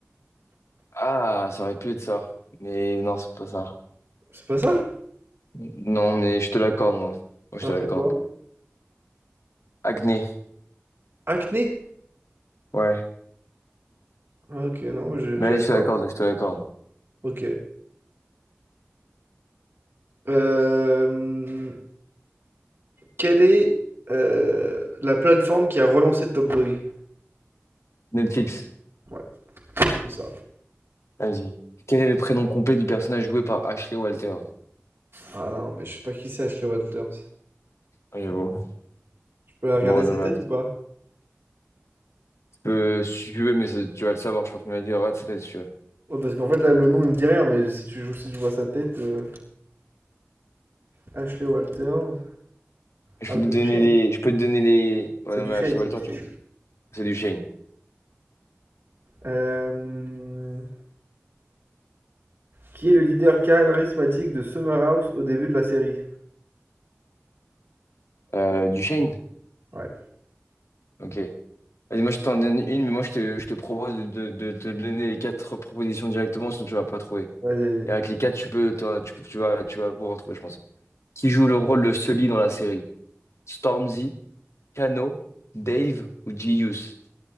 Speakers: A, on the left; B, on the right.
A: Ah, ça aurait pu être ça. Mais non, c'est pas ça.
B: C'est pas ça?
A: Non, mais je te l'accorde, moi. Moi, je
B: Alors
A: te l'accorde.
B: c'est quoi?
A: Acné.
B: Acné?
A: Ouais.
B: Ah, ok, non, je-
A: Mais
B: j'avais
A: vas-y,
B: pas.
A: je te l'accorde, je te l'accorde.
B: Ok. Euh, quelle est euh, la plateforme qui a relancé Top Boy?
A: Netflix.
B: Ouais, c'est ça.
A: Vas-y. Quel est le prénom complet du personnage joué par Ashley Walter?
B: Ah non, mais je sais pas qui c'est Ashley Walters.
A: J'avoue. Bon,
B: Je peux regarder
A: Bon,
B: sa
A: dommage.
B: tête ou pas?
A: Tu peux, si tu veux, mais ça- tu vas le savoir, je pense. Mais vas-y, regarde, c'est là, si tu veux.
B: Ouais, parce qu'en fait là, le nom il me dit rien, mais si tu joues, si je vois sa tête, euh, Ashley Walters.
A: Je
B: Ah,
A: peux
B: mais
A: te
B: c'est
A: donner
B: du shade,
A: les. Je peux te donner les. Ouais,
B: c'est
A: non,
B: du
A: mais
B: shade,
A: Ashley
B: c'est
A: Walter,
B: du shade.
A: tu vois. C'est du Shane.
B: Euh, qui est le leader charismatique de Summer House au début de la série?
A: Euh, du Shane?
B: Ouais.
A: Ok. Allez, moi, je t'en donne une, mais moi, je te, je te propose de, de, de te donner les quatre propositions directement, sinon tu vas pas trouver.
B: Vas-y, vas-y.
A: Et avec les quatre, tu peux, t'auras- tu peux, tu vas, tu vas pouvoir trouver, je pense. Qui joue le rôle de Sully dans la série? Stormzy, Kano, Dave ou Gius?